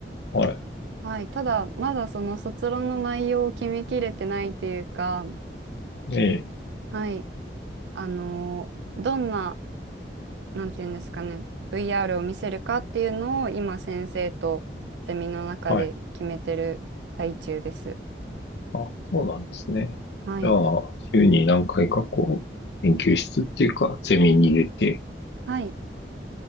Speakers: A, on the left; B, on the right.
A: は
B: はい。ただ、まだその卒論の内容を決めきれてないというか、
A: い。ええ。
B: はい。あの、どんな、なんていうんですかね、VR を見せるかっていうのを今先生とゼミの中で決めてる最中です。
A: はい。あ、そうなんですね。
B: はい。
A: じゃあ、週に何回かこう、研究室っていうか、ゼミに出て、
B: はい。